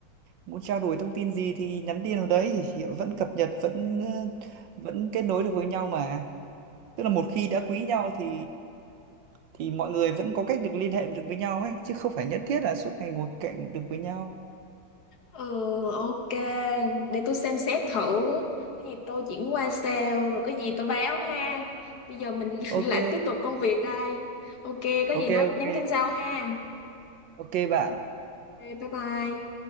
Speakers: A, on the right; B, on the left.
A: muốn trao đổi thông tin gì thì nhắn tin vào đấy thì vẫn cập nhật vẫn ờ, vẫn kết nối được với nhau mà tức là một khi đã quý nhau thì thì mọi người vẫn có cách được liên hệ được với nhau ấy chứ không phải nhất thiết là suốt ngày ngồi cạnh được với nhau
B: Ừ, ok. Để tôi xem xét thử. Cái gì tôi chuyển qua sale, rồi cái gì tôi báo ha. Bây giờ mình <laughs>
A: ok
B: lại tiếp tục công việc đây. Ok, có
A: ok
B: gì nói
A: ok
B: nhắn tin sau ha.
A: ok bạn
B: Ok, bye bye.